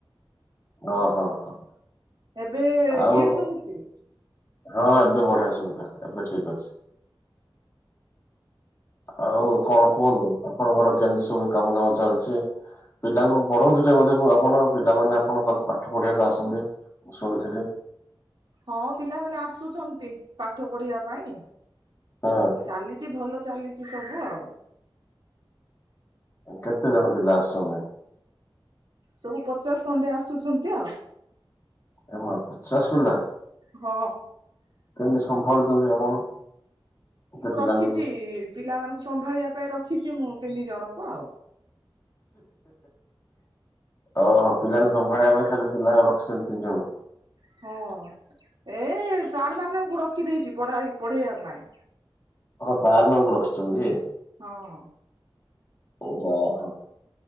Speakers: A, on the left (about 35°); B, on the right (about 60°).
A: ଓ ହଁ ହଁ
B: ଏବେ
A: ଆଉ
B: କ୍ଲିଅର ସୁଭୁଛି।
A: ହଁ ଏବେ ବଢିଆ ଶୁଭିଲା ଏବେ ଠିକ ଅଛି। ଆଉ କଣ କୁହନ୍ତୁ। ଆପଣଙ୍କର କେମିତି ସବୁ କାମ ଦାମ ଚାଲିଛି? ପିଲାଙ୍କୁ ପଢଉଥିଲେ ବୋଧେ ଆପଣ ପିଲାମାନେ ଆପଣଙ୍କ ପାଖକୁ ପାଠ ପଢିବାକୁ ଆସନ୍ତି ମୁଁ ଶୁଣିଥିଲି।
B: ହଁ ପିଲାମାନେ ଆସୁଛନ୍ତି। ପାଠ ପଢିବା ପାଇଁ
A: ହଁ
B: ଚାଲିଛି ଭଲ ଚାଲିଛି। ସବୁ ଆଉ
A: କେତେ ଜଣ ପିଲା ଆସୁଛନ୍ତି?
B: ସବୁ ପଚାଶ ଖଣ୍ଡେ ଆସୁଛନ୍ତି ଆଉ।
A: ଏ ମା ପଚାଶ ପିଲା?
B: ହଁ।
A: କେମିତି ସମ୍ଭାଳୁଛନ୍ତି ଆପଣ? ଏତେ
B: ମୁଁ
A: ପିଲାଙ୍କୁ?
B: ରଖିଛି ପିଲାମାନଙ୍କୁ ସମ୍ଭାଳିବା ପାଇଁ ରଖିଛି। ମୁଁ ତିନି ଜଣଙ୍କୁ
A: ଓହୋ ପିଲାଙ୍କୁ ସମ୍ଭାଳିବା ପାଇଁ ଖାଲି ପିଲା ଆଉ ରଖିଛନ୍ତି ତିନି ଜଣ?
B: ହଁ ଏ ସାର୍ ମାନଙ୍କୁ ରଖି ଦେଇଛି ପଢା ପଢେଇବା ପାଇଁ।
A: ଆରେ ସାର୍ ମାନଙ୍କୁ ରଖିଛନ୍ତି ଯେ
B: ହଁ।
A: ଓ ହ ହୋ।